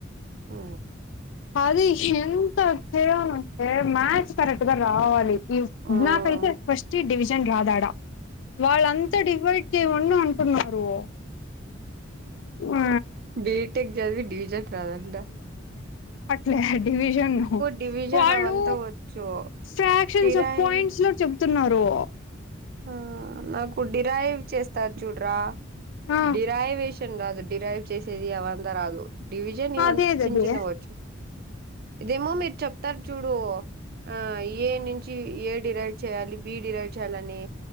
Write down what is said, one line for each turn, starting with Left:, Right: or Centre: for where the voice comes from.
Right: ఓ
Left: అది ఎంత చేవ అంటే మ్యాస్ కరెక్ట్ గా రావాలి ఈ
Right: ఉమ్
Left: నాకైతే ఫస్ట్ డివిజన్ రాదాడా వాళ్ళంతా డివైడ్ చెవిని అంటున్నారు ఆ
Right: బీటెక్ జదివి డివిజన్ రాదాంట
Left: ఇల డివిజన్
Right: డివిజన్
Left: వాళ్ళు
Right: అవంతా వచ్చు
Left: ఫ్రాక్షన్స్
Right: డిరైవ్
Left: పాయింట్స్ లో చెప్తున్నారు
Right: ఆ నాకు డిరైవ్ చేస్తార్ చూడ్రా
Left: ఆ
Right: డిరైవేష్ శాన్ రాదు డిరైవ్ చేసేది అవంతా రాదు డివిజన్ ఇవంత
Left: అదేదదే
Right: చిన్న చిన్నవచ్చు ఇదేమో మీర్ చెప్తారు చూడు ఆ యే నించి యే డిరైవ్ చేయాలి బి డిరైవ్ చేయాలని